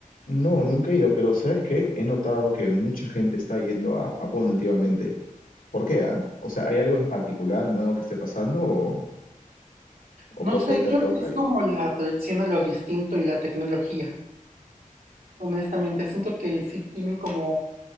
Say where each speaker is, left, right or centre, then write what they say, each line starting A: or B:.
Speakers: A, on the left; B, on the right.
A: No, nunca he ido, pero ¿sabes qué? He notado que mucha gente está yendo a Japón últimamente. ¿Por qué, ah? O sea, ¿hay algo en particular nuevo que esté pasando o, o
B: No
A: por
B: sé,
A: qué hay tanto
B: creo que
A: hype?
B: es como la atracción a lo distinto y la tecnología. Honestamente, siento que sí tienen como,